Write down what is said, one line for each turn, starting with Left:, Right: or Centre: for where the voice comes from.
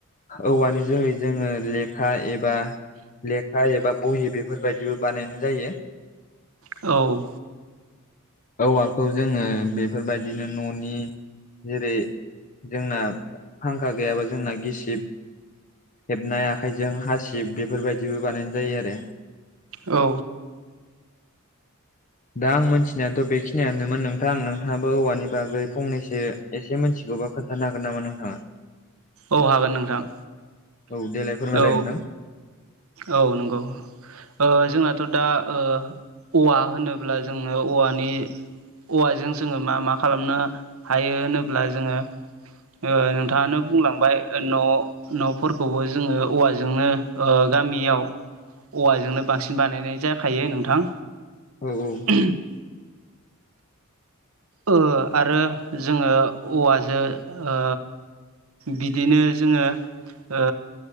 Left: औवानि जोहै जोङो लेखा एबा लेखा एबा बहि बेफोर बायदिबो बानायनाय जायो।
Right: औ
Left: औवाखौ जोङो बेफोर बायदिनो न'नि जेरै जोंना फांखा गैयाबा जोंना गिसिब हेबनाय आखाइजों हासिब बेफोर बायदिबो बानायनाय जायो आरो
Right: औ
Left: दा आं मोनथिनायाथ' बेखिनियानोमोन नोंथांं। नोंथाङाबो औवानि बागै फंनैसो एसे मिथिगौबा खोन्थानो हागोन नामा नोंथाङा?
Right: औ हागोन नोंथां।
Left: औ देलाय फोरमायलाय
Right: औ
Left: नोंथां
Right: औ नंगौ। ओ जोंनाथ' दा ओ औवा होनोब्ला जोङो औवानि औवाजों जोङो मा मा खालामनो हायो होनोब्ला जोङो ओ नोंथाङानो बुंलांबाय ओ न' न'फोरखौबो जोङो औवाजोंनो ओ गामियाव औवाजोंनो बा बांसिन बानायनाय जाखायो नोंथां।
Left: औ-औ।
Right: <inaudible> ओ आरो जोङो औवाजो ओ बिदिनो जोङो ओ